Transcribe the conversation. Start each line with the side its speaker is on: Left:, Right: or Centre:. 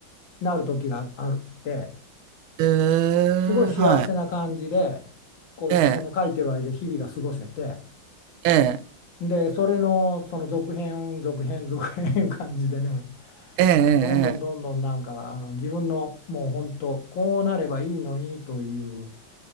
Left: なる時があって、
Right: ええ、
Left: すごい幸せな感じで、
Right: はい、
Left: こう、
Right: ええ、
Left: その書いてはいる日々が過ごせて、
Right: ええ、
Left: で、それのその続編、続編、続編感じでね、
Right: ええ、ええ、
Left: どんどんどんどんなんか、あの、自分のもう本当、こうなればいいのにという